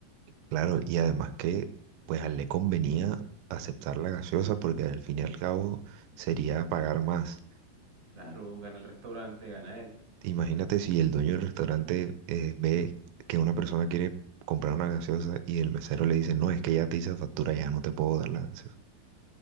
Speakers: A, on the right; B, on the right.
A: Claro, y además que pues a él le convenía aceptar la gaseosa porque al fin y al cabo sería pagar más.
B: Claro, gana el restaurante, gana él.
A: Imagínate si el dueño del restaurante eh, ve que una persona quiere comprar una gaseosa y el mesero le dice, no, es que ya te hice factura, ya no te puedo dar la gaseosa.